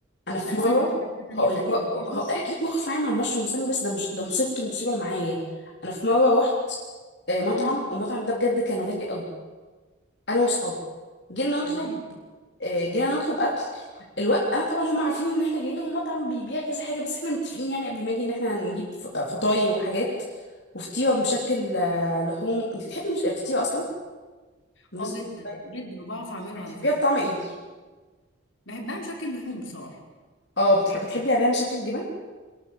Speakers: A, on the left; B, on the left.
A: انا في
B: لا
A: مره
B: ثانيه ثانيه ثانيه
A: هقول
B: ثانيه
A: لك
B: بتكيش مشروم
A: احكي لك موقف معايا مع المشروم استني بس ده مش ده مصيبته مصيبه معايا انا في مره رحت آه، مطعم
B: امم
A: والمطعم ده بجد كان غالي قوي انا وصحابي جينا نطلب
B: تمام
A: آه، جينا نطلب اكل الوقت انا طبعا هم عارفين ان احنا جايين هو مطعم بيبيع كذا حاجه بس احنا متفقين يعني قبل ما اجي ان احنا هنجيب ف- فطاي وحاجات وفطيره مشكل آه، لحوم انت بتحبي مش... فطيره اصلا بالنسبه
B: اه جدا
A: للفطاي،
B: جدا وبعرف اعمله
A: بتحبيها
B: على فكره
A: بطعم ايه
B: بحبها مشكل لحوم بصراحه
A: اه بتحب بتحبي عليها مشكل جبن